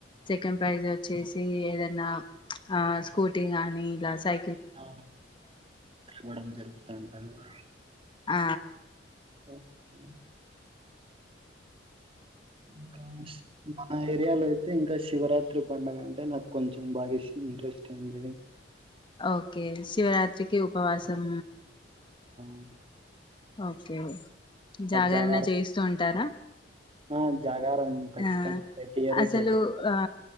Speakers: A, on the left (about 25°); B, on the right (about 30°).
A: సెకండ్ ప్రైజ్ వచ్చేసి ఏదన్నా చ్ ఆ స్కూటీ గానీ ఇలా సై
B: అవును ఇవ్వడం జరుగుతాంటది.
A: ఆ
B: ఓకే ఇంకా మా ఏరియాలో అయితే ఇంకా శివరాత్రి పండగ అంటే నాకు కొంచెం బాగా ఇష్టం ఇంట్రెస్ట్ అయింది
A: ఓకే శివరాత్రికి ఉపవాసం
B: హ్మ్
A: ఓకే జాగరణ
B: జాగారం
A: చేస్తూ ఉంటారా
B: ఆ జాగరం హ్మ్ ఖచ్చితంగా
A: ఆ
B: రెగ్యులర్
A: అసలు
B: చేస్తుంట
A: ఆ